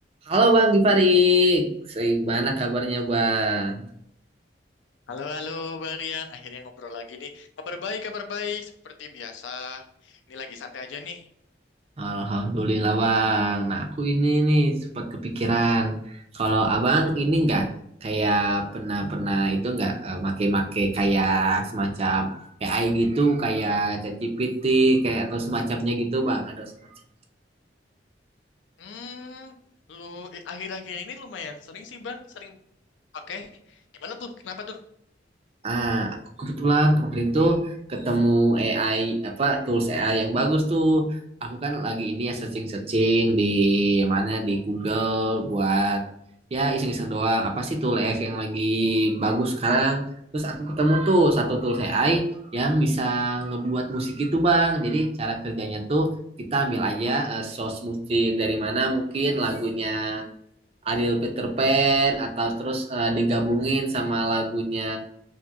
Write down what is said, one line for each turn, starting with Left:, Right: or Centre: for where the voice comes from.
Right: Halo Bang Gifarik, gimana kabarnya Bang?
Left: Halo, halo, Bang Rian. Akhirnya ngobrol lagi nih. Kabar baik, kabar baik. Seperti biasa. Ini lagi santai aja nih.
Right: Alhamdulillah bang. Nah aku ini nih sempat kepikiran kalau abang ini enggak kayak pernah pernah itu enggak eh, make-make kayak semacam AI gitu kayak ChatGPT kayak atau semacamnya gitu bang. Ada semacam.
Left: Hmm, lu eh, akhir-akhir ini lumayan sering sih, Bang. Sering pakai. Gimana tuh? Kenapa tuh?
Right: Ah, aku kebetulan kemarin tuh ketemu AI apa tools AI yang bagus tuh. Aku kan lagi ini ya searching-searching di mana di Google buat ya iseng-iseng doang. Apa sih tool AI yang lagi bagus sekarang? Terus aku ketemu tuh satu tools AI yang bisa ngebuat musik itu, Bang. Jadi cara kerjanya tuh kita ambil aja eh, source musik dari mana mungkin lagunya Ariel Peter Pan atau terus eh, digabungin sama lagunya